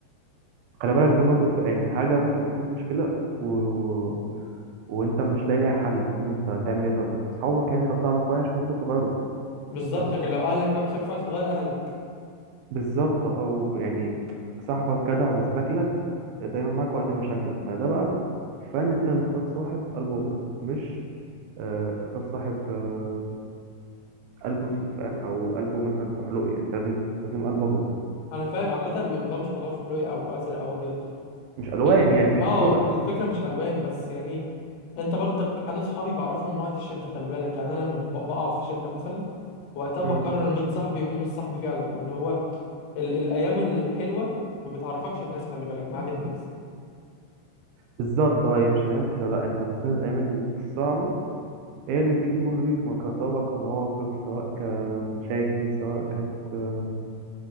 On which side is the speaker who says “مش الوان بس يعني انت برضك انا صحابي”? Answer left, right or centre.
Left